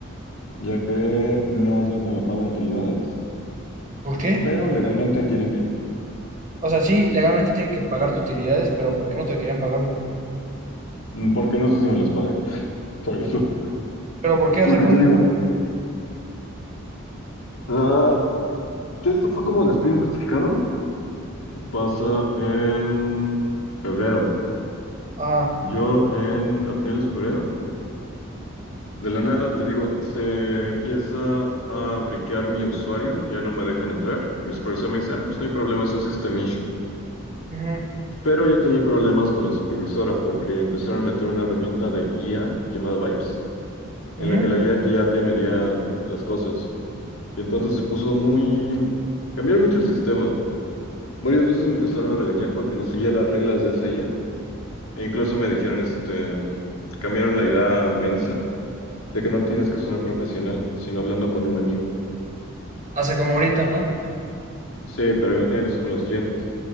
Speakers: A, on the left; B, on the right.
A: ya que no sé si me pagan utilidades,
B: ¿Por qué?
A: pero legalmente tienen que,
B: O sea, sí, legalmente tienen que pagarte utilidades, pero ¿por qué no te querían pagar o qué?
A: mm, porque no sé si me los paguen, <laughs> por eso.
B: ¿Pero por qué?
A: Porque
B: O sea, ¿cuál
A: te
B: es
A: digo,
B: el problema?
A: ah, esto fue como despido injustificado, pasa en febrero.
B: ah
A: Yo en, a finales de febrero De la nada, te digo, se empieza a briquear mi usuario, ya no me dejan entrar. Y mi supervisor me dice, ah, pues no hay problema, es un system issue.
B: ujú,
A: Pero yo tenía problemas con la supervisora porque empezaron a meter una herramienta de IA llamada Vibes, en
B: ujú.
A: la que la IA te, ya te medía las cosas. Y entonces se puso muy... Cambiaron mucho el sistema. Varias veces me empezaron a regañar porque no seguía las reglas de esa IA. E incluso me dijeron, este, cambiaron la idea mensa de que no tienes que sonar profesional, sino hablando con un amigo.
B: O sea, como ahorita, ¿no?
A: Sí, pero imagínate eso con los clientes